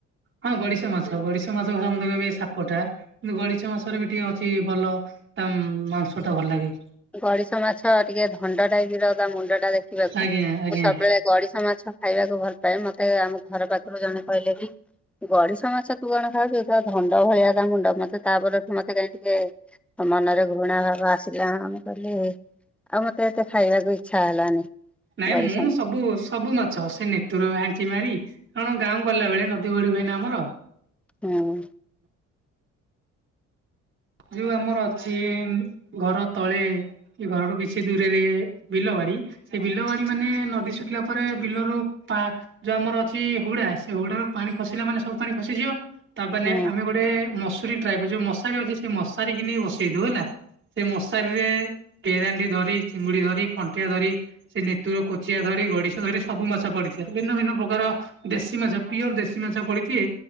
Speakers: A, on the right (about 40°); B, in the centre.
A: ହଁ ଗଡିଶ ମାଛ ଗଡିଶ ମାଛ କହିବ ଏ ସାପଟା। କିନ୍ତ ଗଡିଶ ମାସରେ ବି ଟିକେ ଅଛି ଭଲ ତା ମାଂସ ଟା ଭଲ ଲାଗେ।
B: ଗଦିଶ ମାଛ ଟିକେ ଧଣ୍ଡ ଟାଇପ ର ତା ମୁଣ୍ଡ ଟା ଦେଖିବାକୁ
A: ଆଜ୍ଞା
B: ମୁଁ
A: ଆଜ୍ଞା
B: ସବୁବେଳେ ଗଡିଶା ମାଛ ଖାଇବାକୁ ଭଲ ପାଏ ମତେ ଆମ ଘର ପାଖରୁ ଜଣେ କହିଲେ କି ଗଡିଶ ମାଛ ତୁ କଣ ଖାଉଛୁ ଧଣ୍ଡ ଭଳିଆ ତା ମୁଣ୍ଡ ମତେ ତାରେ ଏଠୁ ମତେ କାହିଁ ଟିକେ ମନରେ ଘୃଣା ଭାବ ଆସିଲା। ହୁଁ ଆଉ ମତେ ଏତେ ଖାଇବାକୁ ଇଚ୍ଛା ହେଲାନି
A: ନାଇଁ
B: ଗର
A: ମୁଁ
B: ସମ
A: ସବୁ ସବୁ ମାଛ ସେ ନେତୁର ଭାଞ୍ଚି ମାରି କଣ ଗାଁ ଗଲା ବେଳେ ନଦୀ ବଢ ହଏନା ଆମର?
B: ହୁଁ।
A: ଯୋଉ ଆମର ଅଛି ଘର ତଳେ ଏ ଘରଠୁ କିଛି ଦୂରରେ ବିଲ ବାରି ସେ ବିଲ ବାଡି ମାନେ ନଦୀ ଶୁଖିଲା ପରେ ବିଲରୁ ପା ଯୋଉ ଆମର ଅଛି ହୁଡା ସେ ହୁଡା ର ପାଣି ଖସିଲା ମାନେ ସବୁ ପାଣି ଖସିଯିବ ତା ମାନେ
B: ହୁଁ
A: ଆମେ ଗୋଟେ ମସୁରୀ ଟ୍ରାଇ ଯୋଉ ମଶାରୀ ଅଛି ସେ ମଶାରୀ କି ନେଇ ବସେଇ ଦଉ ହେଲା। ସେ ମଶାରୀରେ କେରାଣ୍ଡି ଧରି ଚିଙ୍ଗୁଡି ଧରି କଣ୍ଟିଆ ଧରି ସେ ନେତୁର କୋଚିଆ ଧରି ଗଡିଶ ଧରି ସବୁ ମାଛ ପଡିିବ ଭିନ୍ନ ଭିନ୍ନ ପ୍ରକାର ଦେଶୀ ମାଛ ପିଓର ଦେଶୀ ମାଛ ପଳିଥେ